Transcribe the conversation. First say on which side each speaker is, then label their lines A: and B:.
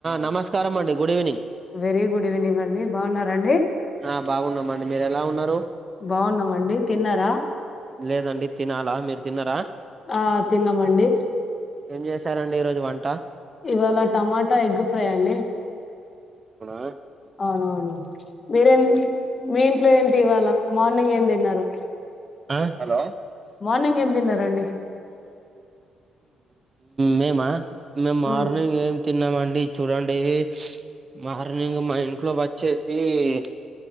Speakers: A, on the right; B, on the left.
A: నమస్కారం అండి good evening
B: very good evening అండి బాగున్నారండి
A: ఆ బాగున్నామ అండి మీరు ఎలా ఉన్నారు
B: బాగున్నామండి తిన్నారా
A: లేదండి తినాలా మీరు తిన్నరా
B: ఆ తిన్నామండి
A: ఏం చేశారండి ఈరోజు వంట
B: ఇవాళ టమాటా ఎగ్ ఫ్రై అండి
A: ఆ
B: అవునవును మీరేం మీ ఇంట్లో ఏంటి ఇవాల మార్నింగ్ ఏం తిన్నారు
A: ఆ హలో
B: మార్నింగ్ ఏం తిన్న రండి
A: మేమా మేము మార్నింగ్
B: ఉమ్.
A: ఏం తిన్నామండి చూడండి మార్నింగ్ మా ఇంట్లో వచ్చేసి ఈ